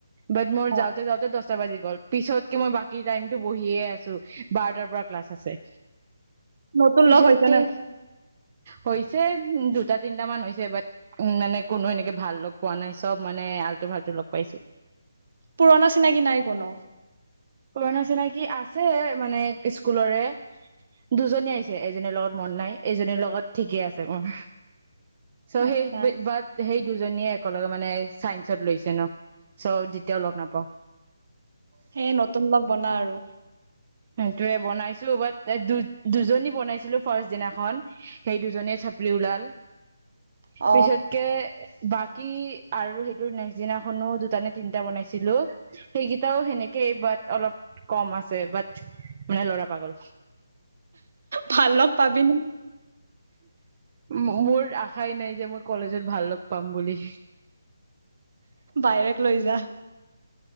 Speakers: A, on the right; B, on the right.
A: বাট মোৰ
B: অ
A: যাওঁতে যাওঁতে দছ টা বাজি গ'ল পিছতকে মই বাকী টাইমতটো বহিয়ে আছো বাৰটাৰ পৰা ক্লাছ আছে
B: নতুন
A: পিছতকে
B: লগ হৈছে নে
A: হৈছে দুটা তিনটা মান হৈছে বাট উম মানে কোনো এনেকে ভাল লগ পোৱা নাই চব মানে আলটু ফাল্টু লগ পাইছো
B: পুৰণা চিনাকি নাই কোনো
A: পুৰণা চিনাকি আছে মানে স্কুলৰে দুজনী আহিছে এজনীৰ লগত মন নাই এইজনীৰ লগত ঠিকে আছে উম চ
B: আচ্ছা
A: হেই বাত হেই দুজনীয়ে একেলগে মানে চাইন্সত লৈছে ন চ যেতিয়াও লগ নাপাওঁ
B: সেই নতুন লগ বনা আৰু
A: সেইটোয়ে বনাইছিলো বাট এক দু দুজনী বনাইছিলো ফাৰ্ষ্ট দিনাখন সেই দুজনীয়ে চাপৰি ওলাল
B: অ
A: পিছতকে বাকী আৰু সেইটো নেক্স দিনাখনো দুটা নে তিনটা বনাইছিলো সেইকেইটাও সেনেকেই বাট অলপ কম আছে বাট মানে লৰা পাগল
B: ভাল লগ পাবি ন
A: মোৰ আশাই নাই যে মই কলেজত ভাল লগ পাম বুলি।
B: বাইৰেক লৈ যা।